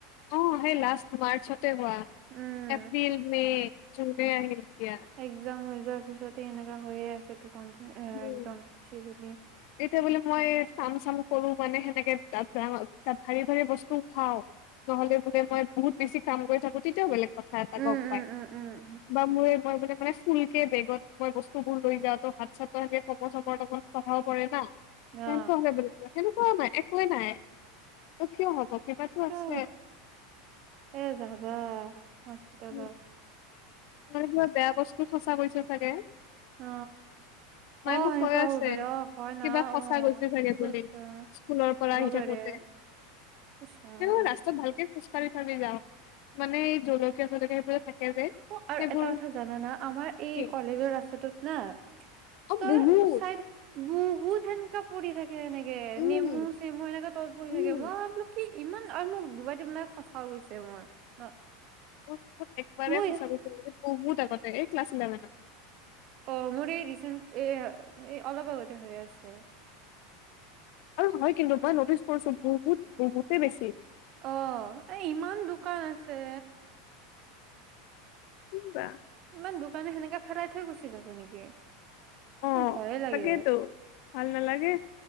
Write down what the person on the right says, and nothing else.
উম
এক্সাম। যোৱাৰ পিছতে এনেকুৱা হয়ে আছে।
একদম চিৰিলি।
উম
উম উম উম
উম
উম অ
কা
এ যাবা। হস্পিটেলত।
অ
অ
সেনেকুৱা
হ'ব পাৰে অ হয়
না
অ
ঠিকে
কৈছা
হ'ব
পাৰে ইচ ৰাম
অ আৰু
এটা কথা জানানা আমাৰ এই
কলেজৰ ৰাস্তাটোত না
তই
চাইদ বহুত সেনেকা পৰি থাকে এনেকে
নেমু-চেমু এনেকা তত বহি
থাকে মই ভাবো কি? ইমান আৰু মোক দুবাৰ তিনিবাৰ সঁচাও গৈছে। মোৰ ন
মই
অ মোৰ এই ৰিচেণ্ট এ অলপ আগতে হৈ আছে।
অ এ ইমান দোকান আছে।
ইমান দূৰ কাৰনে সেনেকে ফেলাই থৈ গুচি যাব নেকি?
মোৰ ভয়ে
লাগে